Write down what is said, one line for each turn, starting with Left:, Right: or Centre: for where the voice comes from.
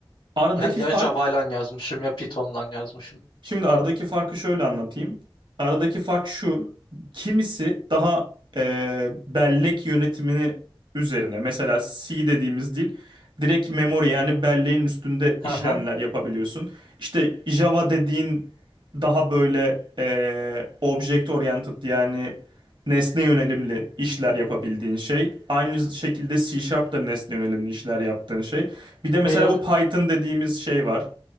Right: Aradaki
Left: Ya, ya
Right: fark
Left: Java'yla yazmışım ya Python'la yazmışım.
Right: Şimdi aradaki farkı şöyle anlatayım. Aradaki fark şu. Kimisi daha e, bellek yönetimini üzerine. Mesela C dediğimiz dil direkt memory yani belleğin üstünde
Left: Hı
Right: işlemler
Left: hı.
Right: yapabiliyorsun. İşte Java dediğin daha böyle e, object oriented yani nesne yönelimli işler yapabildiğin şey. Aynı şekilde C Sharp da nesne yönelimli işler yaptığın şey. Bir de mesela
Left: Şey,
Right: bu Python dediğimiz şey var.